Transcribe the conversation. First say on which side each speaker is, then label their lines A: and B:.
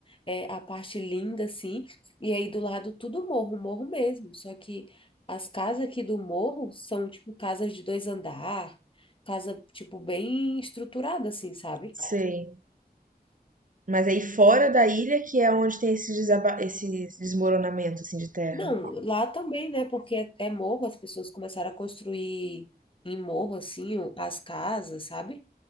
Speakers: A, on the left; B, on the right.
A: é a parte linda, assim, e aí do lado tudo morro, morro mesmo. Só que as casas aqui do morro são tipo casas de dois andar, casa, tipo, bem estruturada, assim, sabe?
B: sei. Mas aí fora da ilha que é onde tem esse, desaba... esse desmoronamento, assim, de terra.
A: Não, lá também, né? Porque é, é morro, as pessoas começaram a construir em morro, assim, o- as casas, sabe?